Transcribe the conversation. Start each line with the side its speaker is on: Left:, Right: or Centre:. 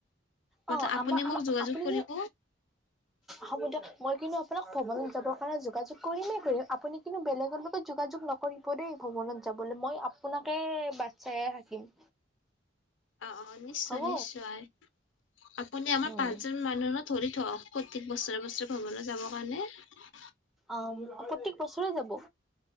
Left: মাত্ৰ
Centre: অ
Left: আপুনি
Centre: আমাৰ
Left: মোক যোগাযোগ
Centre: আপুনি
Left: কৰিব
Centre: কিন্ত হব দিয়ক মই কিন্তু আপোনাক ভম ৰ কাৰণে যোগাযোগ কৰিমে কৰিম আপুনি কিন্তু বেলেগ োকে যোগাযোগ নকৰিব দেই ভ্ৰৱনত যাবলৈ মই আপোনাকে বাট চাইে থাকিম
Left: অ অ নিশ্চয়
Centre: হ'ব
Left: নিশ্চয় আপুনি আমাৰ
Centre: উম
Left: পাঁচজন মানুহ ধৰি থক ঠিক বছৰে বছৰে ভ্ৰৱণলৈ যাবৰ কাৰণে হয় হয়
Centre: অ প্ৰত্্যেক বছৰে যাব